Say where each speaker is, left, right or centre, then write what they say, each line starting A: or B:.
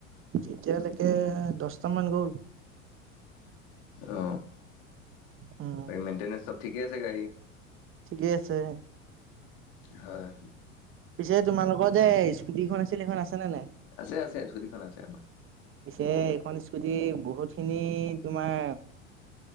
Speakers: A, on the right; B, on the left.
A: এতিয়ালেকে দছটামান গ'ল।
B: অ,
A: উম
B: বাকী মেইনটেনেঞ্চ চব ঠিকে আছে গাড়ী?
A: ঠিকেই আছে।
B: হয়।
A: এ তোমালোক যে স্কুটিখন আছিল? সেইখন আছে নে নাই?
B: আছে আছে, স্কুটিখন আছে আমাৰ।
A: পিছে, এইখন স্কুটি বহুত খিনি তোমাৰ